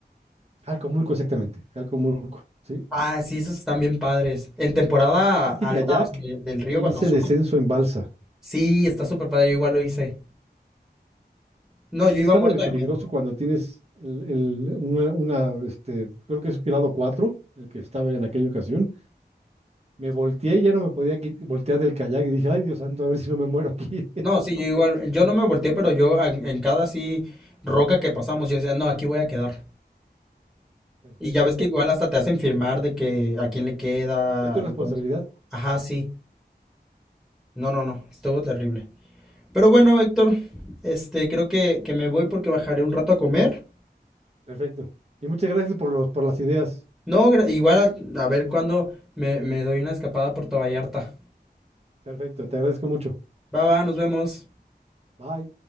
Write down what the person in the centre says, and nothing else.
Ah, sí, esos están bien padres. En temporada
alta,
o sea, de- del río
cuando
sube.
Sí, está súper padre, yo igual lo hice. No,
yo iba
muerto
de
miedo.
No, sí, yo igual, yo no me volteé, pero yo en, en cada así roca que pasamos, yo decía, no, aquí voy a quedar.
Y ya ves que igual hasta te hacen firmar de que a quién le queda
y todo eso. Ajá, sí. No, no, no, estuvo terrible. Pero bueno, Héctor, este, creo que, que me voy porque bajaré un rato a comer.
No, gra- igual a, a ver cuándo me, me doy una escapada por Puerto Vallarta.
Va, va, nos vemos.